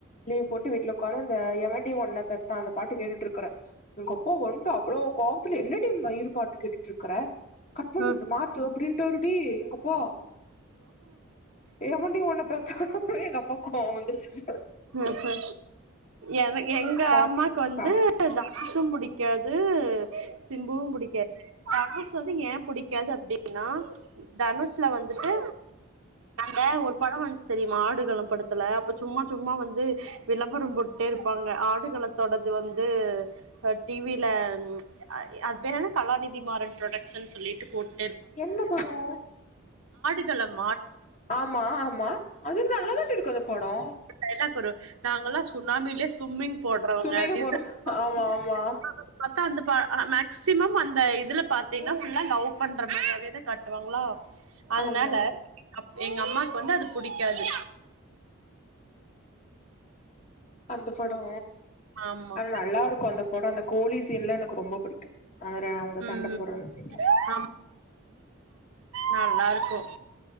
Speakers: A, on the left; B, on the right.
A: லீவ் போட்டு வீட்டுல உட்காந்து அ அந்த எவண்டி ஒண்ண பெத்தான் அந்த பாட்டு கேட்டுட்டு இருக்கறேன் எங்கப்பா வன்ட்டு அவ்ளோ கோவம் அப்படி என்னடி மயிறு பாட்டு கேட்டுட்டு இருக்கற கட்பண்ணு
B: அ
A: மாத்து அப்டினு விட்டாருடி எங்க அப்பா எவண்டி உன பெத் அப்பவே எங்க அப்பாக்கு கோபம் வந்திருச்சு
B: ஹம்ஹ என எங்க
A: மாத்து
B: அம்மாக்கு வந்து
A: காட்டு
B: தனு சும் புடிக்காது சிம்பும் புடிக்காது தனுஷ் வந்து ஏ புடிக்காது அப்படின்னா தனுஷ்ல வந்துட்டு இந்த ஒரு படம் வந்துச்சு தெரியுமா ஆடுகளம் படத்துல அப்ப சும்மா சும் சும்மா வந்து விளம்பரம் போட்டே இருப்பாங்க ஆடுகள தொடது வந்து டிவியில ச்சு அது பேர் என்ன கலாநிதி மாறன் ப்ரொடக்ஷன் சொல்லிட்டு போட்டு
A: என்ன படோம்
B: களம்
A: ஆமா ஆமா அது நல்ல தான்டி இருக்கும் அந்த படோம்
B: டயலாக் வரும் நாங்கல்லாம் சு ஃபேமிலிலே சும்மிங் போடுறவங்க
A: சுமிக
B: அப்படின்னு
A: படம்
B: சொ <unintelligible>
A: ஆமா ஆமா
B: அக்கா அந்த ப மேக்ஸிமம் அந்த இதுல பாத்தீன்னா ஃபுல்லா லவ் பண்ற மாரியாவே தா காட்டுவாங்களா அதனால
A: ஆமா
B: எங்க அம்மாக்கு வந்து அது புடிக்காது
A: அந்த படோ
B: ஆமா
A: அது நல்லாருக்கு அந்த படம் அந்த கோழி இதெல்லா எனக்கு ரொம்ப புடிக்கு அதல அவங்க
B: ம்
A: சண்ட போட்ற சீன்லா
B: ஆமா நல்லா இருக்கும்